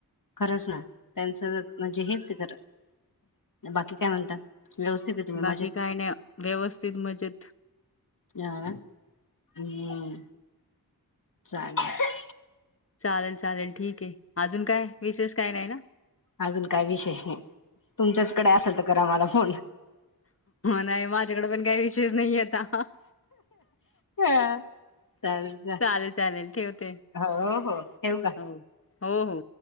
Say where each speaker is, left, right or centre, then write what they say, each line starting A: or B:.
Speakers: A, on the left; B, on the left.
A: खरंच ना त्यांचं म्हणजे हेच खरं बाकी काय म्हणता व्यवस्थित आहे तुम्ही
B: बाकी
A: मजेत
B: काय नाही व्यवस्थित मजेत
A: अह हम्म चालेल
B: चालेल चालेल ठीक आहे अजून काय विशेष काय नाही ना
A: अजून काय विशेष नाही तुमच्याचकडे असेल तर करा मला फोन
B: नाही माझ्याकडे पण काही विशेष नाही आता
A: ह चाल जा
B: चालेल चालेल ठेवते
A: हो हो ठेऊ का
B: हो हो हो